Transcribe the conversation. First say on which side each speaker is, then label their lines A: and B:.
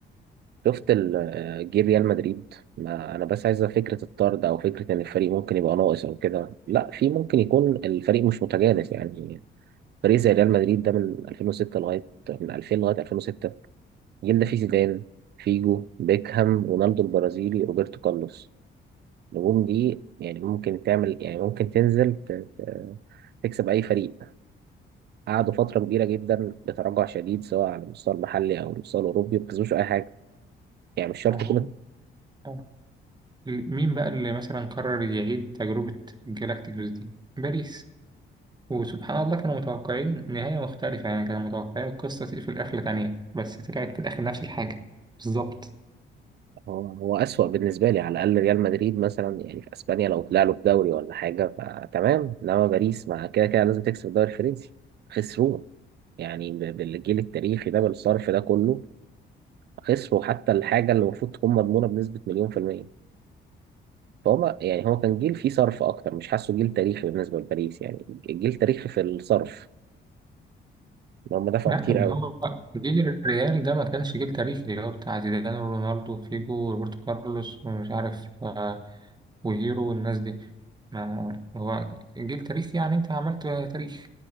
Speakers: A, on the right; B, on the right.
A: شفت ال- جيل ريال مدريد ما انا بس عايزه فكره الطرد او فكره ان الفريق ممكن يبقى ناقص او كده لا في ممكن يكون الفريق مش متجانس يعني فريق زي ريال مدريد ده من 2006 لغايه من 2000 لغايه 2006 الجيل ده فيه زيدان فيجو بيكهام رونالدو البرازيلي روبرتو كارلوس النجوم دي يعني ممكن تعمل يعني ممكن تنزل ت- ت- تكسب اي فريق قعدوا فتره كبيره جدا بتراجع شديد سواء على المستوى المحلي او المستوى الاوروبي ما كسبوش اي حاجه يعني مش شرط
B: ما
A: يكون
B: هو آه. مين بقى اللي مثلا قرر يعيد تجربة جالاكتيكوس دي؟ باريس وسبحان الله كانوا متوقعين نهاية مختلفة يعني كانوا متوقعين القصة تقفل قفلة تانية بس طلعت في الآخر نفس الحاجة بالظبط
A: هو هو أسوأ بالنسبة لي على الأقل ريال مدريد مثلا يعني في أسبانيا لو طلع له في دوري ولا حاجة فتمام إنما باريس مع كده كده لازم تكسب الدوري الفرنسي خسروه يعني ب- بالجيل التاريخي ده بالصرف ده كله خسروا حتى الحاجة اللي المفروض تكون مضمونة بنسبة مليون في المية فهو يعني هو كان جيل فيه صرف أكتر مش حاسه جيل تاريخي بالنسبة لباريس يعني جيل تاريخي في الصرف إن هم دفعوا
B: لا
A: كتير
B: طب
A: قوي
B: ما هو جيل الريال ده ما كانش جيل تاريخي اللي هو بتاع زيدان ورونالدو وفيجو وروبرتو كارلوس ومش عارف آه، وهيرو والناس دي ما هو جيل تاريخي يعني انت عملت تاريخ